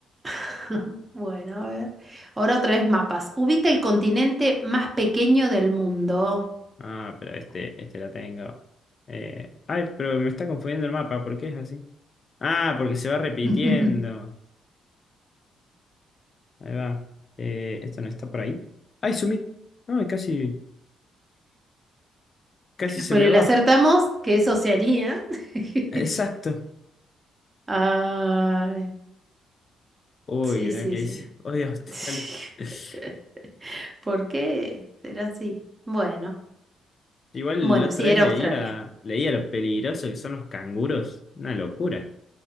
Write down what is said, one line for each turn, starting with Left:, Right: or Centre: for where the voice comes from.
Right: <laughs> Bueno, a ver. Ahora otra vez mapas. Ubica el continente más pequeño del mundo.
Left: Ah, pero este, este la tengo. Eh, ay, pero me está confundiendo el mapa, ¿por qué es así? Ah, porque se va repitiendo.
Right: <laughs>
Left: Ahí va. Eh, esto no está por ahí. Ay, Sumit. No, casi. Casi se
Right: Bueno,
Left: me va.
Right: le acertamos que es Oceanía. <laughs>
Left: Exacto.
Right: Ay,
Left: Uy,
Right: sí,
Left: mira
Right: sí,
Left: qué dice.
Right: sí.
Left: Oye, Australia.
Right: <laughs>
Left: <laughs>
Right: ¿Por qué será así? Bueno,
Left: Igual
Right: bueno,
Left: la otra
Right: sí,
Left: vez
Right: era
Left: leía,
Right: Australia.
Left: leía lo peligroso que son los canguros. Una locura.